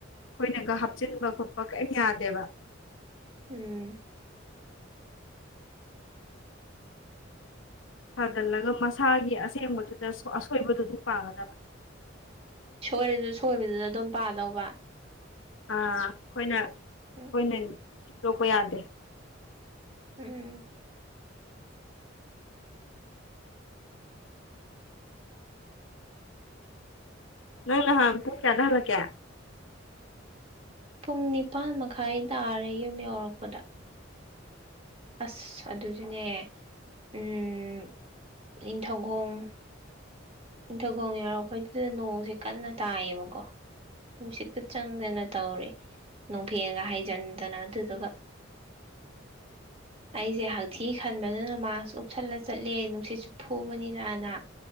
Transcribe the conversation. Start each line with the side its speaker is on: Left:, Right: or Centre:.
Left: ꯑꯩꯈꯣꯏꯅꯒ ꯍꯥꯞꯆꯤꯟꯕ ꯈꯣꯠꯄ ꯀꯔꯤꯝ ꯌꯥꯗꯦꯕ
Right: ꯎꯝ
Left: ꯁꯥꯖꯤꯜꯂꯒ ꯃꯁꯥꯒꯤ ꯑꯁꯦꯡꯕꯗꯨꯗ ꯁꯣ ꯑꯁꯣꯏꯕꯗꯨꯁꯨ ꯄꯥꯒꯗꯕ
Right: ꯁꯣꯏꯔꯁꯨ ꯁꯣꯏꯕꯗꯨꯗ ꯗꯨꯝ ꯄꯥꯗꯧꯕ
Left: ꯑ ꯈꯣꯏꯅ
Right: ꯎꯝ
Left: ꯈꯣꯏꯅ ꯁꯦꯡ ꯗꯣꯛꯄ ꯌꯥꯗꯦ
Right: ꯎꯝ
Left: ꯅꯪ ꯅꯍꯪ ꯄꯨꯡ ꯀꯌꯥꯗ ꯍꯜꯂꯛꯀꯦ
Right: ꯄꯨꯡ ꯅꯤꯄꯥꯥꯟ ꯃꯈꯥꯏ ꯇꯥꯔꯦ ꯌꯨꯝ ꯌꯧꯔꯛꯄꯗ ꯑꯁ ꯑꯗꯨꯗꯨꯅꯦ ꯎꯝ ꯅꯤꯡꯊꯧꯒꯣꯡ ꯅꯤꯡꯊꯧꯒꯣꯡ ꯌꯥꯎꯔꯛꯄꯩꯗꯨꯗ ꯅꯣꯡꯁꯦ ꯀꯟꯅ ꯇꯥꯏꯌꯦꯕꯀꯣ ꯅꯨꯡꯁꯤꯠꯀ ꯆꯪꯗꯅ ꯇꯧꯤꯔꯤꯌꯦ ꯅꯨꯡꯐꯦꯟꯒ ꯍꯥꯏꯖꯤꯟꯗꯅ ꯑꯗꯨꯗꯨꯒ
Left: <inaudible>
Right: ꯑꯩꯁꯦ ꯍꯛꯊꯤ ꯈꯟꯕꯗꯅ ꯃꯥꯛꯁ ꯎꯞꯁꯜꯂ ꯆꯠꯂꯦ ꯅꯨꯡꯁꯤꯠꯁꯨ ꯐꯨꯕꯅꯤꯅꯅ